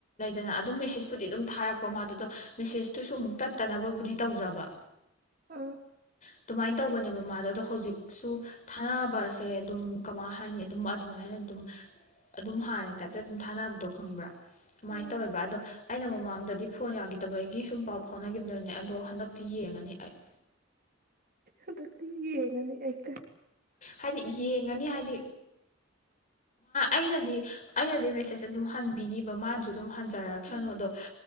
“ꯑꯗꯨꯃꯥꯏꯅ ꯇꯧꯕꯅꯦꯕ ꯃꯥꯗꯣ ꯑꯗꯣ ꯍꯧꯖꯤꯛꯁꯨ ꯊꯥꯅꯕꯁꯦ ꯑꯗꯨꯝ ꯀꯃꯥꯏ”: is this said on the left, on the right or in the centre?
Left